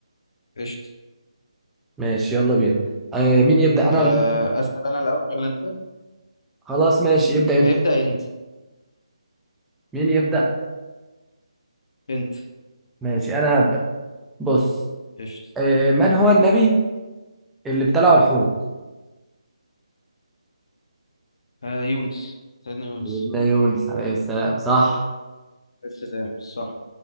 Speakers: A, on the left (about 50°); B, in the centre.
A: قشطة
B: ماشي يلا بينا آه مين يبدا انا
A: آه
B: ولا انت
A: أسأل أنا الأول ولا أنت؟
B: خلاص ماشي ابدا انت
A: ابدأ أنت
B: مين يبدا
A: أنت
B: ماشي انا هبدا بص
A: قشطة
B: آه من هو النبي اللي ابتلعوا الحوت
A: آه يونس سيدنا يونس
B: سيدنا يونس عليه السلام صح
A: قشطة تمام صح